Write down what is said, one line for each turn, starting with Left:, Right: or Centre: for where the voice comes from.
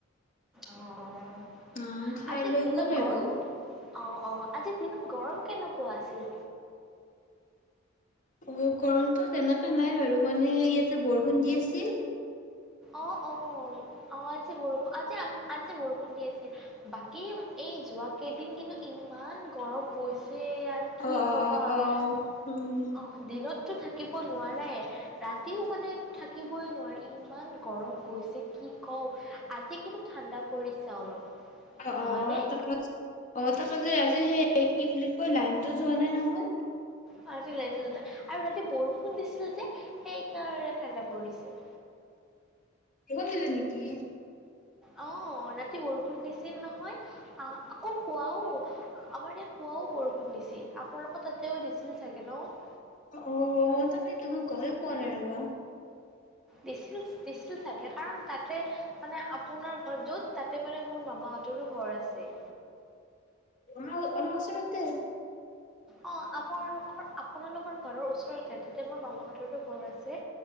Centre: অ',
Left: উম খাই
Centre: আজি
Left: লৈ
Centre: দিনত
Left: গ'ল আৰু
Centre: গৰম, অ', অ', আজি দিনত, গৰম কেনেকুৱা আছিল?
Left: অ' গৰমটো তেনেকুৱে নাই বাৰু, মানে ইয়াতে, বৰষুণ দি আছিল।
Centre: অ', অ', আতচা বৰষুন, আতচা-আতচা বৰষুণ, দি আছিল। বাকী, এই যোৱ কেইদিন কিন্তু, ইমান গৰম গৈছে আৰু, কি
Left: অ' অ'
Centre: কবা,
Left: অ' অ'
Centre: অ',।
Left: উম
Centre: দিনততো থাকিব নুৱাৰায়ে, ৰাতিও মানে থাকিবই নোৱাৰে। ইমান, গৰম গৈছে কি কওঁ, আজি কিন্তু, ঠাণ্ডা পৰিছে অলপ।
Left: অ',
Centre: নহয়নে
Left: অ', তাক, অ', তাত যে, আজি সেই কি বুলি কয়, লাইনতো যোৱা নাই নহয়।
Centre: অঁ আজি লাইনটো যোৱা নাই। আৰু ৰাতি বৰষুণ দিছিল যে, সেইকাৰণে ঠাণ্ডা পৰিছে।
Left: বৰষুণ দিলে নেকি?।
Centre: অঁ', ৰাতি বৰষুণ দিছিল নহয়। আহ' আকৌ পোৱাও। আমাৰ ইয়াত পুৱাও বৰষুণ দিছিল। আপোনালোকৰ তাতেও দিছিল চাগে ন'?
Left: অ', তুমি গমে পোৱা নাই, ৰবা।
Centre: দিছিল-দিছিল চাগে। কাৰণ তাতে, মানে আপোনাৰ ঘৰ য'ত, তাতে মানে, মোৰ মামাহঁতৰো ঘৰ আছে।
Left: ভাল, অ', ওচৰতে।
Centre: অ', আপোনালোকৰ, আপোনালোকৰ ঘৰৰ ওচৰতে, তাতে মোৰ মামাহতৰো ঘৰ আছে।